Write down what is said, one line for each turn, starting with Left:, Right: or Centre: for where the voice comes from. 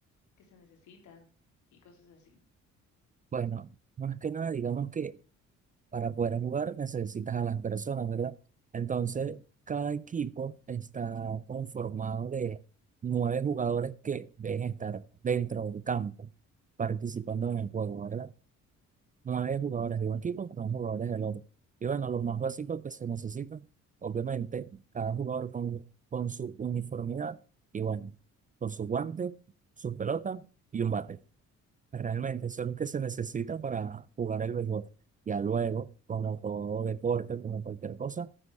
Left: qué se necesita y cosas así.
Right: Bueno, más que nada, digamos que para poder jugar necesitas a las personas, ¿verdad? Entonces, cada equipo está conformado de nueve jugadores que deben estar dentro del campo, participando en el juego, ¿verdad? No hay jugadores de un equipo, no jugadores del otro. Y bueno, los más básicos que se necesitan, obviamente, cada jugador con, con su uniformidad y bueno, con su guante, su pelota y un bate. Realmente, eso es lo que se necesita para jugar el béisbol. Ya luego, como todo deporte, como cualquier cosa,